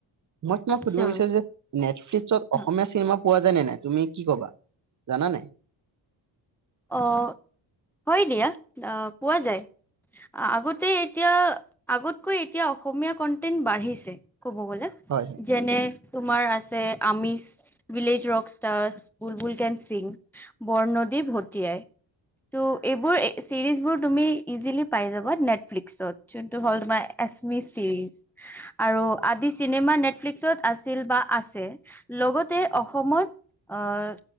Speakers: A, on the right; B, in the centre.
A: মই কিয়
B: আচ্ছা।
A: সুধিব বিচাৰো যে, নেটফ্লিক্সত
B: আ
A: অসমীয়া চিনেমা পোৱা যায় নে নাই তুমি কি কবা জানা নাই,
B: অ হয় দিয়া আহ পোৱা যায়। আগতে এতিয়া, আগতকৈ এতিয়া অসমীয়া কন্টেন্ট বাঢ়িছে। ক'ব গ'লে।
A: হয়।
B: যেনে তোমাৰ আছে আমিছ, village rock stars Bulbul can sing, Bornodi Bhotiai. টু' এইবোৰ এই চিৰিজ বোৰ তুমি ইজিলি পাই যাবা নেটফ্লিক্সত যোনটো হ'ল তোমাৰ, এচমি চিৰিজ আৰু আদি চিনেমা নেটফ্লিক্সত আছিল বা আছে। লগতে অসমত আহ